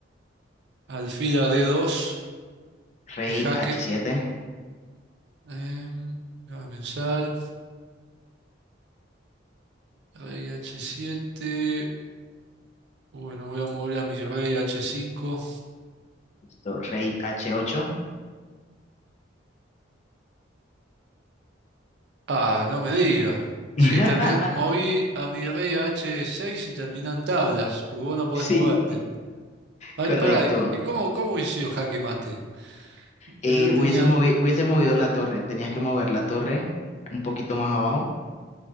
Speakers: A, on the right; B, on the left.
A: Alfila D2
B: Rey
A: es jaque.
B: H7,
A: Em, déjame pensar. Rey H7. Bueno, voy a mover a mi rey H5.
B: listo, Rey H8.
A: Ah, no me diga. Sí,
B: <laughs>
A: terminan, moví a mi rey a H6 y terminan tablas, porque vos no podés
B: Sí,
A: moverte. A
B: correcto.
A: ver, pará, ¿y cómo, cómo hubiese sido jaque mate?
B: Eh,
A: Yo
B: hubieses
A: tenía...
B: movi- hubieses movido la torre, tenías que mover la torre un poquito más abajo